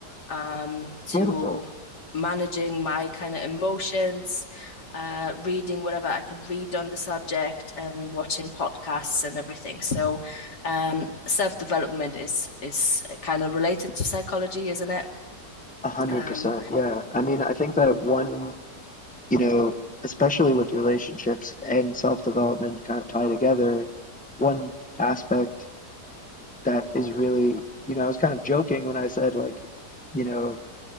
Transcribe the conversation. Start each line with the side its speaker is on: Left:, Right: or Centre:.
Left: um, to
Centre: Beautiful.
Left: managing my kind of emotions, uh, reading whatever I could read on the subject, and watching podcasts and everything. So, um, self development is is kind of related to psychology, isn't it?
Centre: A hundred
Left: Um,
Centre: percent. Yeah. I mean, I think that one, you know, especially with relationships and self-development kind of tie together, one aspect that is really, you know, I was kind of joking when I said, like, you know,